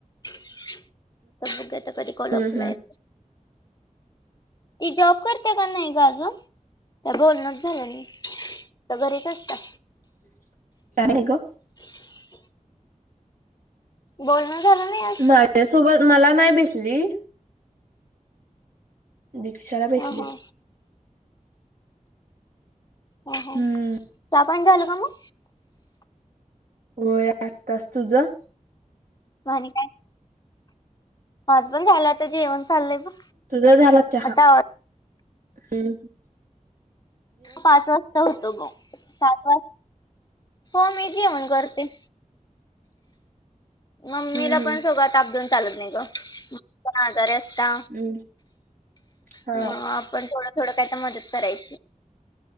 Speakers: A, on the left; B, on the right.
A: तर बघता कधी कलपला
B: हम्म हम्म
A: येत. ती जॉब करते का नाही ग आजुन तर बोलणच झालं नाही का घरीच असतात.
B: <inaudible> चालेल ग.
A: <inaudible> बोलण झालं नाही आज
B: माझ्या सोबत मला नाही भेटली. दिक्षाला भेटले.
A: हा हा हा हा
B: हम्म
A: चहापाणी झालं का मग.
B: होय आताच तुझं?
A: म आणि काय. <unintelligible> पण झाला आता जेवण चाललंय बघ.
B: तुझा झाला चहा
A: आता आवाज
B: हम्म.
A: पाच वाजता होतो मग सात वाज हो मी जेवन करते. मम्मीला
B: हम्म हम्म
A: पण सगळा ताप देऊन चालत नाही ग. त्या आजारी असता
B: हम्म हा
A: मग आपण थोडं थोडं काय त मदत करायची.